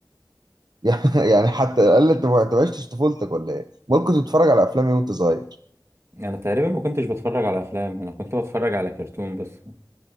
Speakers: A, on the right; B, on the right.
A: <laughs> يعني يعني حتى قال لي انت ما أنت ما عشتش طفولتك ولا ايه ممكن تتفرج على افلام إيه وانت صغير
B: أنا تقريبا ما كنتش بتفرج على أفلام أنا كنت بتفرج على كرتون بس